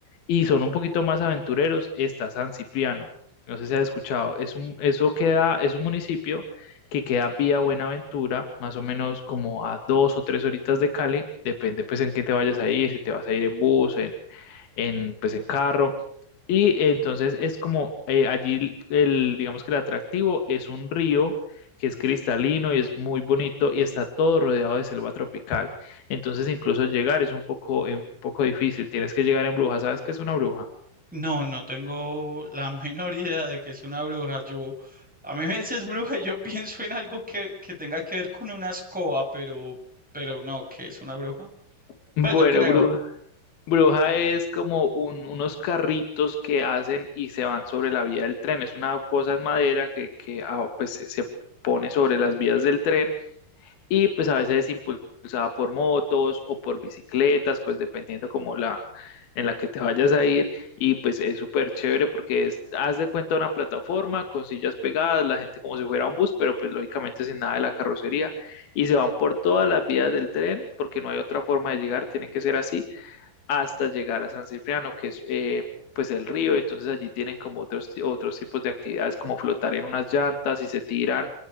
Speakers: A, on the left; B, in the centre.
A: y son un poquito más aventureros, está San Cipriano. No sé si has escuchado, es un, eso queda, es un municipio que queda vía Buenaventura, más o menos como a dos o tres horitas de Cali, depende pues en qué te vayas a ir, si te vas a ir en bus, en, en, pues, en carro. Y entonces es como eh, allí el, digamos que el atractivo es un río que es cristalino y es muy bonito y está todo rodeado de selva tropical. Entonces incluso llegar es un poco, eh, un poco difícil. Tienes que llegar en bruja. ¿Sabes qué es una bruja?
B: No, no tengo la <laughs> menor idea de que es una bruja. Yo, a mí me dices bruja, y yo <laughs> pienso en algo que, que tenga que ver con una escoba, pero, pero no, que es una bruja.
A: <laughs> Bueno,
B: Pues no creo.
A: bruja. Bruja es como un- unos carritos que hacen y se van sobre la vía del tren. Es una cosa en madera que, que ah, pues, se se pone sobre las vías del tren y pues a veces es impulsada por motos o por bicicletas, pues dependiendo como la en la que te vayas a ir y pues es súper chévere porque es, haz de cuenta una plataforma con sillas pegadas, la gente como si fuera un bus, pero pues lógicamente sin nada de la carrocería y se van por todas las vías del tren porque no hay otra forma de llegar, tiene que ser así hasta llegar a San Cipriano, que es eh, pues el río. Entonces allí tienen como otros, ti- otros tipos de actividades como flotar en unas llantas y se tiran